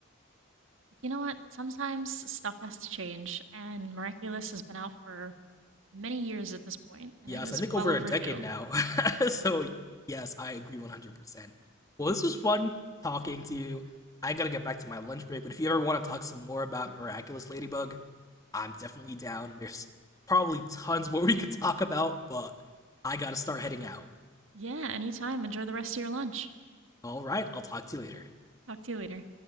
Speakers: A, on the right; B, on the left.
A: You know what? Sometimes stuff has to change, and Miraculous has been out for many years at this point, and
B: Yes,
A: it was
B: I think
A: well
B: over
A: overdue.
B: a decade now. <laughs> so, yes, I agree 100%. Well, this was fun talking to you. I gotta get back to my lunch break, but if you ever want to talk some more about Miraculous Ladybug, I'm definitely down. There's probably tons more <laughs> we could talk about, but I gotta start heading out.
A: Yeah, anytime. Enjoy the rest of your lunch.
B: All right, I'll talk to you later.
A: Talk to you later.